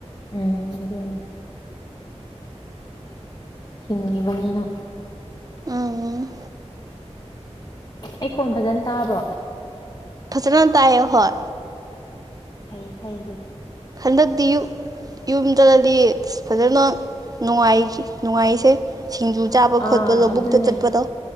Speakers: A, on the left; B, on the right.
A: ꯎꯝ ꯑꯗꯨꯅꯦ ꯍꯤꯡꯉꯤꯕꯅꯤꯅ
B: ꯎꯝ
A: ꯑꯩ ꯈꯣꯟ ꯐꯖꯅ ꯇꯥꯕ꯭ꯔꯣ
B: ꯐꯖꯅ ꯇꯥꯏꯌꯦ ꯍꯣꯏ
A: ꯐꯩ ꯐꯩ ꯑꯗꯨꯗꯤ
B: ꯍꯟꯗꯛꯇꯤ ꯌꯨꯝ ꯌꯨꯝ ꯆꯠꯂꯥꯗꯤ ꯐꯖꯅ ꯅꯨꯡꯉꯥꯏꯈꯤ ꯅꯨꯡꯉꯥꯏꯁꯦ ꯁꯤꯡꯖꯨ ꯆꯥꯕ
A: ꯑꯥ
B: ꯈꯣꯠꯄ ꯂꯧꯕꯨꯛꯇ
A: ꯑꯗꯨꯅꯦ
B: ꯆꯠꯄꯗꯣ